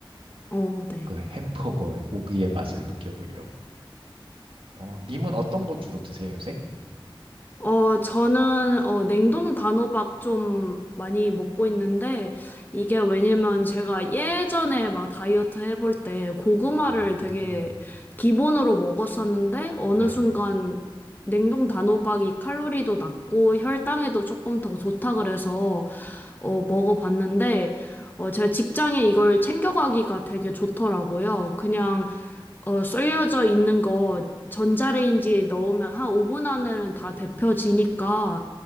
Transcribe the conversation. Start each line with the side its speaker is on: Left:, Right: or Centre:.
Left: 어, 네.
Right: 그 햄버거의 고기의 맛을 느껴보려고. 어, 님은 어떤 거 주로 드세요, 요새?
Left: 어, 저는, 어, 냉동 단호박 좀 많이 먹고 있는데, 이게 왜냐면 제가 예전에 막 다이어트 해볼 때 고구마를
Right: 어,
Left: 되게 기본으로 먹었었는데, 어느
Right: 네.
Left: 순간 냉동 단호박이 칼로리도 낮고 혈당에도 조금 더 좋다 그래서, 어, 먹어봤는데, 어, 제가 직장에 이걸 챙겨가기가 되게 좋더라고요. 그냥 어, 썰려져 있는 거 전자레인지에 넣으면 한 5분 안에는 다 데펴지니까